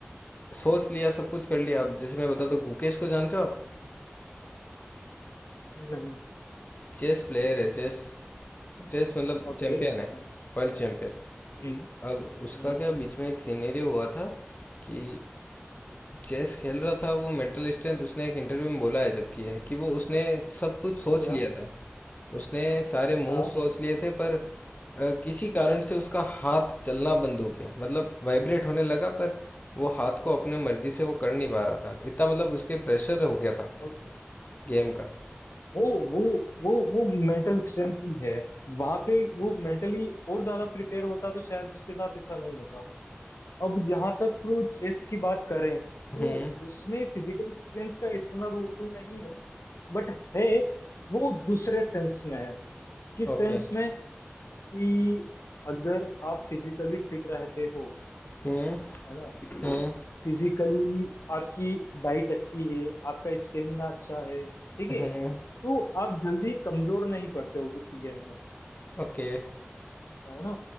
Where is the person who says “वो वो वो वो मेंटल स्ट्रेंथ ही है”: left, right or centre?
Left